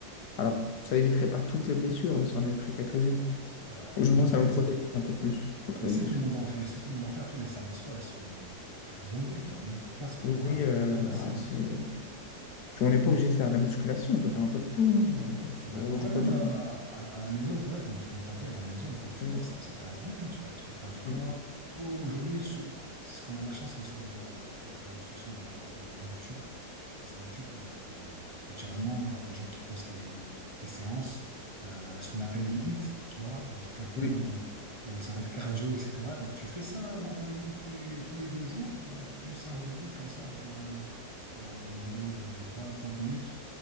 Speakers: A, on the left; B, on the right.
A: Alors, ça éviterait pas toutes les blessures, mais ça en éviterait quelques-unes.
B: c'est vrai.
A: Au
B: Bon,
A: moins,
B: après,
A: ça nous protège un peu plus contre
B: mais
A: les
B: si
A: blessures.
B: tout le monde en fait, si tout le monde en fait, après les salles de sport, elles seront genre bondées. Tu n'auras même plus de place pour,
A: Oui,
B: euh,
A: euh,
B: pour faire
A: bah,
B: ta séance.
A: c'est... tu vois, on n'est pas obligé de faire de la musculation, on peut faire un peu de tout, hein, mais, euh,
B: C'est vrai.
A: au-
B: En vrai,
A: du poids
B: même
A: du
B: euh, à,
A: corps.
B: à la maison, ouais, comme, comme tu as dit, à la maison, le poids du
A: Oui,
B: corps, ça, ça passe bien. hein. Tu fais un petit peu de poids du corps.
A: mm,
B: Oh, aujourd'hui, ce, ce qu'on a la chance, c'est aussi d'avoir les- des réseaux sociaux ou alors- ou genre YouTube. Je pense à YouTube, euh, na- naturellement, où il y a des gens qui postent des, des- des séances, euh, ce qu'on appelle les hits, tu vois, des trucs un peu
A: oui,
B: où, où ça va être cardio, etc. Donc, tu fais ça, moi, à mon avis, tous les, tous les deux jours, hein, une séance de hits comme ça, avec un, euh, une vidéo de, de 20-30 minutes